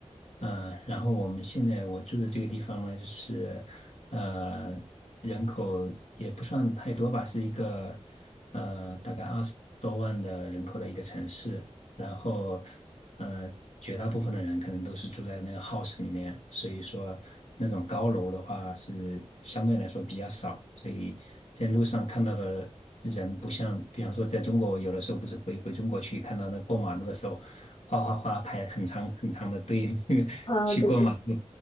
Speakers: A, on the left (about 80°); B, on the left (about 45°).
A: 嗯，呃然后我们现在我住的这个地方呢，就是呃，人口也不算太多吧，是一个呃大概二十多万的人口的一个城市。然后呃，绝大部分的人可能都是住在那个 house 里面，所以说那种高楼的话是相对来说比较少，所以在路上看到的人不像，比方说在中国，有的时候不是回回中国去看到那过马路的时候。哗哗哗排很长很长的队，<laughs> 那个去过马路。
B: 啊，对对。